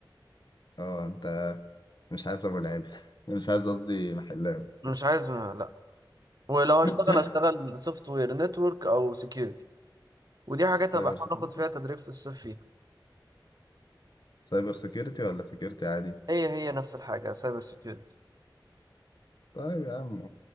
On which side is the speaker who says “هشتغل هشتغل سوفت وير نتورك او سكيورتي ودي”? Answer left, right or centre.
Right